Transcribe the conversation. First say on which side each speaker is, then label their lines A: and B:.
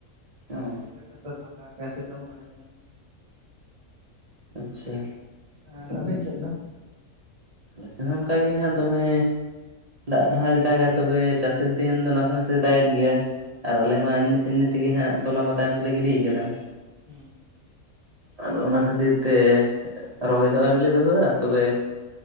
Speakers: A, on the right (about 50°); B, on the right (about 30°).
A: ᱦᱮᱸ
B: ᱟᱨ ᱱᱤᱛ ᱜᱷᱟᱹᱲᱤᱡ ᱛᱚ ᱯᱷᱟᱸᱠᱟ ᱥᱤᱛᱩᱝ ᱵᱟᱲᱟᱭᱮᱜᱼ ᱟᱭ
A: ᱟᱪᱪᱷᱟ
B: ᱟᱨ ᱟᱹᱵᱤᱱ ᱥᱮᱫ ᱫᱚ᱾
A: ᱟᱞᱮ ᱥᱮᱱ ᱦᱚᱸ ᱚᱱᱠᱟᱜᱮ ᱦᱟᱸᱜ ᱫᱚᱢᱮ ᱫᱟᱜ ᱫᱚ ᱦᱟᱸᱜ ᱟᱣᱨᱮ ᱫᱟᱜ ᱟ ᱛᱚᱵᱮ ᱪᱟᱥᱮᱨ ᱫᱤᱱ ᱫᱚ ᱱᱟᱥᱮ ᱱᱟᱥᱮ ᱫᱟᱜ ᱮᱫ ᱜᱮᱭᱟ ᱟᱨ ᱟᱞᱮ ᱢᱟ ᱮᱢᱱᱤ ᱮᱢᱱᱤ ᱛᱮᱜᱮ ᱦᱟᱸᱜ ᱛᱚᱞᱟ ᱛᱟᱭᱚᱢ ᱛᱮᱞᱮ ᱜᱤᱰᱤ ᱟᱠᱟᱫᱟ
B: ᱦᱩᱸ ᱦᱩᱸ
A: ᱟᱫᱚ ᱚᱱᱟ ᱠᱷᱟᱹᱛᱤᱨ ᱛᱮ ᱨᱚᱦᱚᱭ ᱫᱚ ᱟᱹᱣᱨᱤ ᱞᱮ ᱫᱷᱩᱜᱟ. ᱜᱼᱟ ᱛᱚᱵᱮ